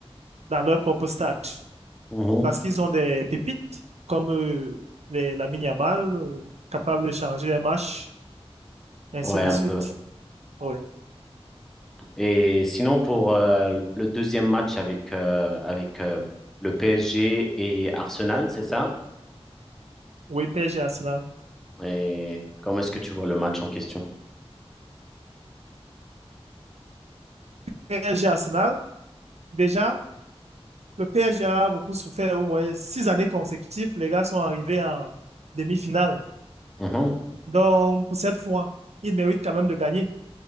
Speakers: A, on the right; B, in the centre.
A: dans leur propre stade.
B: Mhm.
A: Parce qu'ils ont des pépites comme euh, les, Lamine Yamal, euh, capable de changer un match, ainsi
B: Ouais,
A: de
B: un
A: suite.
B: peu.
A: Ouais.
B: Et sinon, pour euh, le deuxième match avec, euh, avec euh, le PSG et Arsenal, c'est ça?
A: Oui, PSG Arsenal.
B: Et comment est-ce que tu vois le match en question?
A: PSG Arsenal, déjà, le PSG a beaucoup souffert. Vous voyez, six années consécutives, les gars sont arrivés en demi-finale.
B: Mhm,
A: Donc, pour cette fois, ils méritent quand même de gagner.